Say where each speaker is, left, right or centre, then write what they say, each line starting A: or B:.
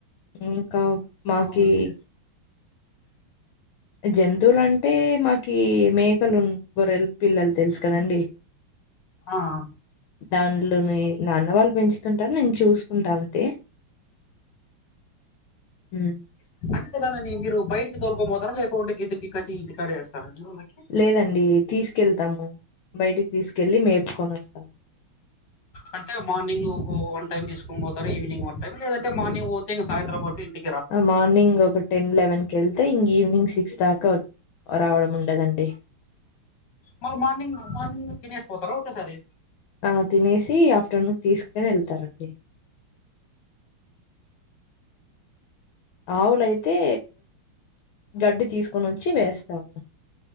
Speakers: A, on the left; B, on the left.
A: ఇంకా మాకి
B: అంటే
A: జంతువులంటే మాకి మేకలు గొర్రెలు పిల్లలు తెలుసు కదండి
B: ఆ ఆ
A: దానిలోనే నాన్న వాళ్ళు పెంచుతుంటారు నేను చూసుకుంటా అంతే హ్మ్.
B: అట్కదానా <unintelligible> ని గిరు బయటికి తోకో మ గొర్రెలు ఎక్కువ ఉంటే గడ్డి పిక్కచ్చి ఇంటికాడ వేస్తారా అండి వాళ్ళకి
A: లేదండి తీసు కెళ్తాము బయటికి తీసుకెళ్ళి మేపుకొని వస్తాము
B: అంటే మార్నింగ్ వన్ టైమ్ తీసుకుని పోతారు ఈవినింగ్ వన్ టైమ్ లేదంటే మార్నింగ్ పోతే ఇంగ సాయంత్రం వరకు ఇంటి
A: ఆ మార్నింగ్ ఒక టెన్ లెవెన్ కి వెళ్తే ఇంగ ఈవినింగ్ సిక్స్ దాక రావడం ఉండదండి
B: మల్లి మార్నింగ్ మార్నింగ్ తినేసి పోతార ఓకే సారి
A: ఆ తినేసి ఆఫ్టర్నూన్ తీసుకని వెళ్తారండి ఆవులయితే గడ్డి తీసుకొని వచ్చి వేస్తాము